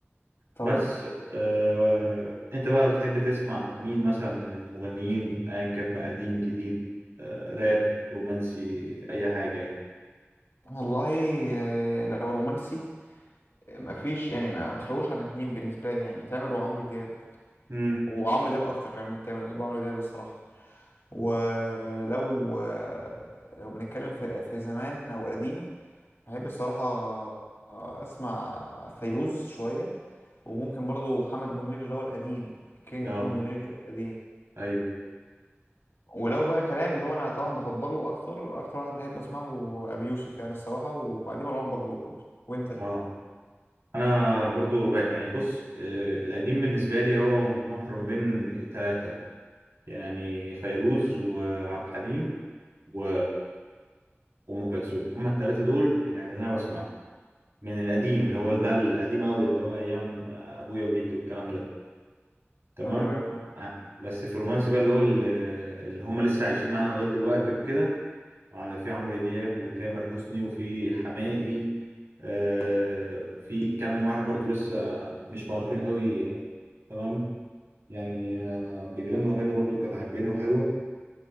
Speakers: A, on the left; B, on the right.
A: طب
B: بس آه انت بقى بتحب تسمع مين مثلا من المغنيين ايا كان بقى قديم جديد آه راب رومانسي اي حاجة يعني
A: والله آه، لو رومانسي آه، مفيش يعني ما ما خلوش عن اتنين بالنسبه لي يعني تامر وعمرو دياب
B: امم
A: وعمرو دياب اكتر كمان من تامر بحب عمرو دياب الصراحه ولو آه، لو بنتكلم في في زمان او قديم بحب الصراحه آه، اسمع فيروز شويه وممكن برضو محمد منير اللي هو القديم الكينج
B: اه
A: محمد منير القديم
B: ايوه
A: ولو بقى كلام اللي هو انا طبعا بفضله اكتر اكتر واحد بحب اسمع له ابي يوسف يعني الصراحه وبعديه مروان بابلو برضه وانت
B: اه انا برضو بقى يعني بص آه، القديم بالنسبه لي هو متمحور ما بين ثلاثه يعني فيروز وعبد الحليم و... وام كلثوم هما الثلاثه دول يعني اللي انا بسمعهم من القديم اللي هو
A: مم.
B: بقى القديم قوي اللي هو ايام ابويا وجدي والكلام ده تمام
A: ايوه ايوه فاهم
B: ع- بس في الرومانسي بقى اللي هو ال- اللي هما لسه عايشين معانا لغايه دلوقتي وكده آه، في عمرو دياب وتامر حسني وفي حماقي آه، في كام واحد برضو لسه مش معروفين قوي آه، تمام يعني آه، بيغنوا اغاني برضو كانت عجباني وحلوه